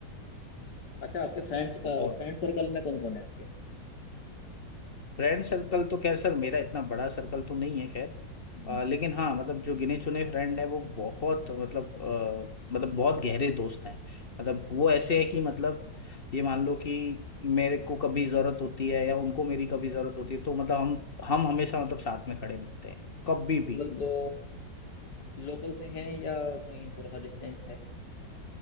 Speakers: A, on the left; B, on the left.
A: अच्छा आपके फ्रेंड्स
B: बहुत
A: फ्रेंड सर्कल में कौन कौन है आपके
B: फ्रेंड सर्कल तो खैर सर मेरा इतना बड़ा सर्कल तो नहीं है खैर
A: हम्म
B: अ, लेकिन हाँ मतलब जो गिने चुने फ्रेंड है वो बहुत मतलब अ, मतलब बहुत गहरे दोस्त हैं मतलब वो ऐसे है कि मतलब ये मान लो कि मेरे को कभी जरूरत होती है या उनको मेरी कभी जरूरत होती है तो मतलब हम हम हमेशा मतलब साथ में खड़े मिलते हैं कभी
A: मतलब
B: भी
A: दो लोकल से हैं या कहीं थोड़ा सा डिस्टेंस है